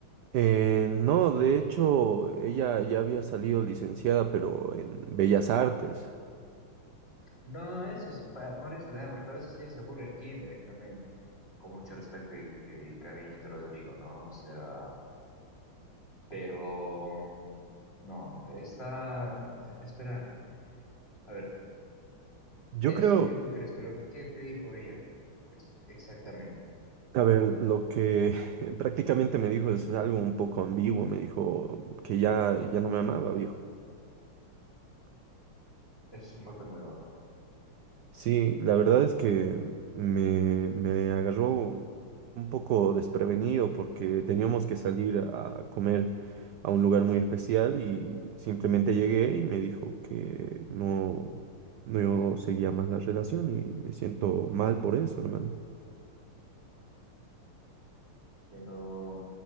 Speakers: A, on the right; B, on the left.
A: Eh, no, de hecho, ella ya había salido licenciada, pero en Bellas Artes.
B: No, eso es para morirse de hambre, para eso sí es irse a Burger King directamente. Con mucho respeto y, y cariño te lo digo, ¿no? O sea, pero no, está a esperar. A ver,
A: Yo
B: eso
A: creo...
B: es lo que tú crees, pero ¿qué te dijo ella? Pues, exactamente.
A: A ver, lo que <laughs> prácticamente me dijo es algo un poco ambiguo. Me dijo que ya, ya no me amaba, viejo.
B: Eso es un golpe muy bajo.
A: Sí, la verdad es que me, me agarró un poco desprevenido porque teníamos que salir a comer a un lugar muy especial y simplemente llegué y me dijo que no, no seguía más la relación y me siento mal por eso, hermano.
B: Pero,